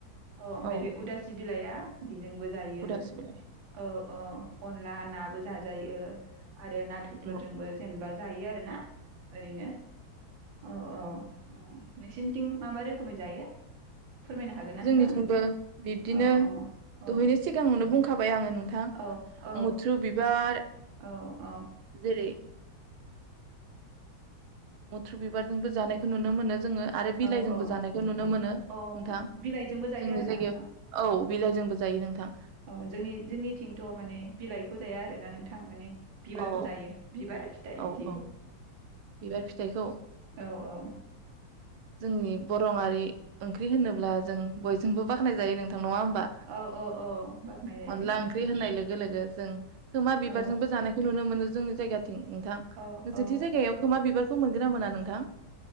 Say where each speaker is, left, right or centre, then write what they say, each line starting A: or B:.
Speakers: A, on the right; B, on the right.
A: अ ओमफाय
B: औ
A: बे उदासि बिलाइआ बेजोंबो जायो
B: उदासि बिलाइ
A: औ औ। अनला नाबो जाजायो। आरो नाथुरफोरजोंबो
B: औ
A: जेनेबा जायो आरो ना ओरैनो औ औ औ नोंसिनिथिं मा मा रोखोमै जायो? फोरमायनो हागोन ना
B: जोंनिथिंबो
A: नोंथाङा
B: बिब्दिनो
A: औ औ औ
B: दहैनो सिगाङावनो बुंखां खाबाय आङो नोंथां
A: औ औ
B: मुथ्रु बिबार
A: औ
B: जेरै मुथ्रु बिबारजोंबो जानायखौ नुनो मोनो जोङो। आरो बिलाइजोंबो
A: औ औ
B: जानायखौ नुनो मोनो।
A: अ
B: नोंथां
A: बिलाइजोंबो जायो
B: जोंनि
A: आरोना
B: जायगायाव
A: नोंथां
B: औ बिलाइजोंबो जायो नोंथां।
A: अ जोंनि जोंनिथिंथ माने बिलाइखौ जाया आरोना नोंथां माने बिबारखौ
B: औ
A: जायो बिबार फिथाइ
B: औ
A: बिदिखौ
B: औ बिबार फिथाइखौ
A: औ औ औ
B: जोंनि बरआारि ओंख्रि होनोब्ला जों बय जोंबो बाख्नाय जायो नोंथां नङा होमबा
A: औ औ औ बाख्नाय जायो
B: अनला ओंख्रि होननाय लोगो लोगो जों खोमा बिबारजोंबो
A: औ
B: जानायखौ नुनो मोनो। जोंनि जायगा नोंथां नोंसोरथि
A: औ औ
B: जायगायाव खोमा बिबार खौ मोनगोन ना मोना नोंथां?